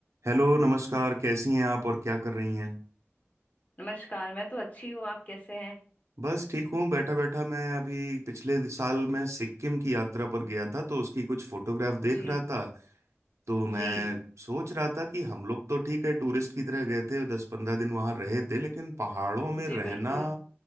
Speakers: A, on the right; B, on the left.
A: Hello नमस्कार कैसी हैं आप और क्या कर रही हैं
B: नमस्कार मैं तो अच्छी हूँ आप कैसे हैं
A: बस ठीक हूँ बैठा बैठा मैं अभी पिछले साल मैं सिक्किम की यात्रा पर गया था तो उसकी कुछ फोटोग्राफ देख
B: जी
A: रहा था तो मैं
B: जी
A: सोच रहा था कि हम लोग तो ठीक है टूरिस्ट की तरह गए थे दस पंद्रह दिन वहाँ रहे थे लेकिन पहाड़ों में
B: जी
A: रहना
B: बिल्कुल